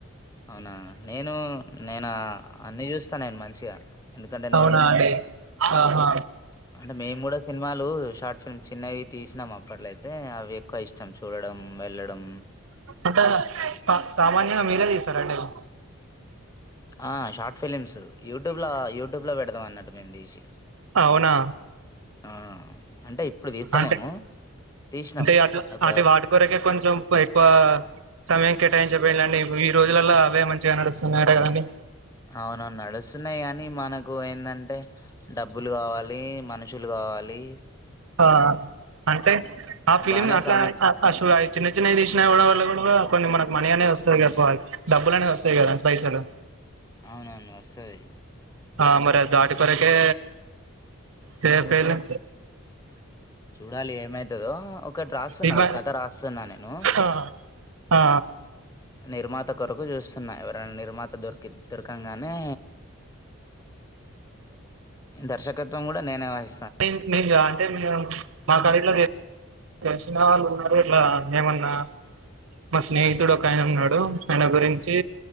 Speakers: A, on the left; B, on the right.
A: అవునా నేను నేనా అన్ని చూస్తాను నేను మంచిగా ఎందుకంటే నేను
B: అవునా అండి ఆహా
A: అంటే మేము కూడా సినిమాలు షార్ట్ ఫి మేము చిన్నవి తీసినాం అప్పట్లయితే అవి ఎక్కువ ఇష్టం చూడడం వెళ్ళడం
B: అంతా పాత్ సామాన్యగా మీరే తీస్తారండి అవి
A: ఆ షార్ట్ ఫిలిమ్స్ యూట్యూబ్ లో యూట్యూబ్ లో పెడదాం అన్నట్టు మేము తీసి
B: అవునా
A: ఆ అంటే ఇప్పుడు దీస్తలేము.
B: అంటే
A: తీశినాం.
B: అంటే అట్లా
A: ఒక
B: అటు వాటి కొరకే కొంచెం ఎక్కువ సమయం కేటాయించపోయిలాడి ఈ రోజులల్లో అవే మంచిగా నడుస్తున్నాయట కదండి
A: అవును నడుస్తున్నయ్ ఆని మనకు కువ ఏందంటే డబ్బులు గావాలీ, మనుషులు గావాలీ.
B: ఆ అంటే ఆ ఫిలిమ్లా
A: బానే
B: అట్లాయి
A: సమ
B: అ <unintelligible> చిన్న చిన్నయి తీశ్నా గూడా వల్ల <unintelligible> కొన్ని మన మనయ్ అనేది వస్తది <unintelligible> డబ్బులు అనేది వస్తాయి కదా పైసలు
A: అవునవును వస్తది
B: ఆ మరి దాటి కొరకే చెయ్యక్ పోయిల్లు
A: చూడాలి ఏమై తదో ఒకటి రాస్తున్నా
B: ఇబ
A: ఒక కథ రాస్తున్నా నేను
B: ఆ ఆ
A: నిర్మాత కొరకు చూస్తున్నా, ఎవరైనా నిర్మాత దొరికి దొరకంగానే. దర్శకత్వం గూడా నేనే వాయ్
B: పెన్ మీగా <unintelligible> అంటే <unintelligible> మాకాడ ఇట్లా తెలిసిన వాళ్ళు ఉన్నారు ఎట్లా ఏమన్నా. మా స్నేహితుడు ఒక ఆయన ఉన్నాడు. ఆయన గురించి